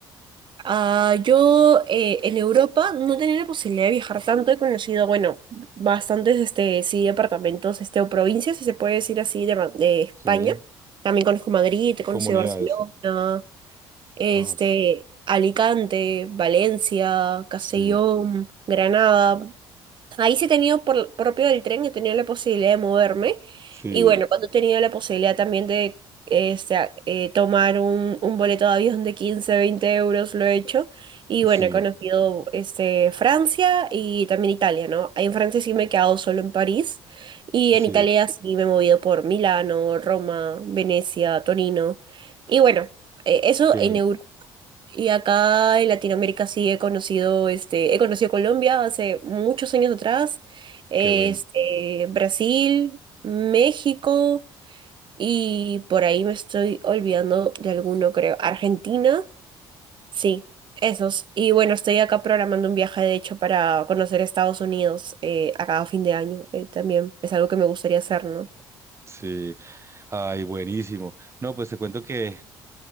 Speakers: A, on the right (about 45°); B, on the right (about 25°).
A: ah, yo eh, en Europa no tenía la posibilidad de viajar tanto, he conocido, bueno, bastantes, este, sí, departamentos, este, o provincias, si se puede decir así, de, Ma- de España.
B: Sí,
A: También conozco Madrid, he
B: comunidades.
A: conocido Barcelona, este,
B: Ah,
A: Alicante, Valencia, Castellón,
B: sí,
A: Granada. Ahí sí he tenido, por propio del tren, he tenido la posibilidad de moverme.
B: sí,
A: Y bueno, cuando he tenido la posibilidad también de este, a- eh, tomar un, un boleto de avión de 15 20 euros, lo he hecho. Y
B: sí,
A: bueno, he conocido este, Francia y también Italia, ¿no? En Francia sí me he quedado solo en París. Y
B: sí.
A: en Italia sí me he movido por Milano, Roma, Venecia, Torino. Y bueno, eh, eso
B: Qué
A: en
B: bueno,
A: Europa. Y acá en Latinoamérica sí he conocido, este, he conocido Colombia hace muchos años atrás, este,
B: qué bueno.
A: Brasil, México y por ahí me estoy olvidando de alguno, creo. Argentina, sí, esos. Y bueno, estoy acá programando un viaje, de hecho, para conocer Estados Unidos eh, acá a fin de año. eh, también es algo que me gustaría hacer, ¿no?
B: Sí. Ay, buenísimo. No, pues te cuento que